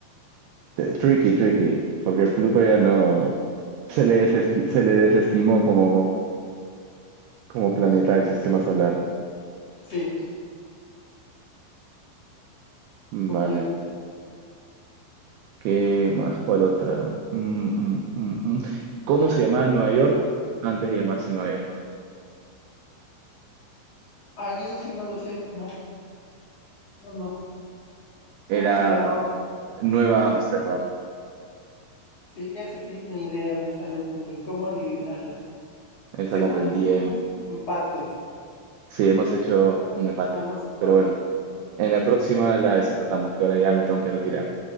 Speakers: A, on the right (about 80°); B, on the left (about 40°).
A: tricky, tricky, porque Pluto ya no se le, desesti- se le desestimó como, como planeta del sistema solar.
B: Sí,
A: Vale.
B: completo.
A: ¿Qué más? ¿Cuál otra? Mm, mm, mm, mm. ¿Cómo se llamaba Nueva York antes de llamarse Nueva York?
B: Ay, eso sí no lo sé. No, no, no.
A: Era
B: ¿Cómo se llamaba?
A: Nueva Ámsterdam.
B: Sí, eso sí, ni idea, honestamente, ni cómo adivinarla.
A: Esa
B: Según
A: la aprendí
B: yo, quedamos
A: en...
B: empates.
A: Sí, hemos hecho
B: Ahora
A: un empate.
B: sí empates.
A: Pero bueno, en la próxima la desempatamos, que ahora ya me tengo que retirar.